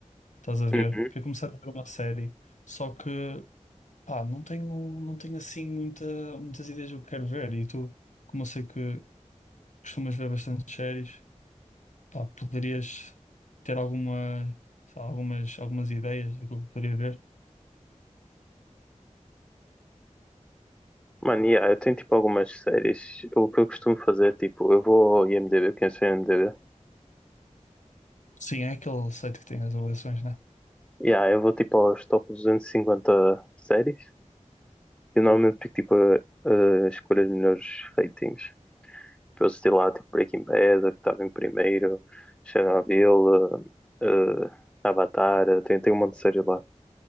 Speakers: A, on the left (about 75°); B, in the centre.
A: estás a ver?
B: Uhum.
A: Queria começar a ver uma série, só que, pá, não tenho, não tenho assim muita, muitas ideias do que quero ver. E tu, como eu sei que costumas ver bastante séries, pá, poderias ter alguma, sei lá, algumas, algumas ideias do que eu poderia ver?
B: Mano, yeah, eu tenho tipo algumas séries. O que eu costumo fazer, tipo, eu vou ao IMDb, quem sei o IMDb.
A: Sim, é aquele site que tem as avaliações, né?
B: Yeah, eu vou tipo aos top 250 séries. E normalmente pico tipo a- a escolher os melhores ratings. Tipo, eu assisti lá tipo Breaking Bad, a que estava em primeiro, Chernobyl, eh, eh, Avatar, eh, tem, tem um monte de séries lá.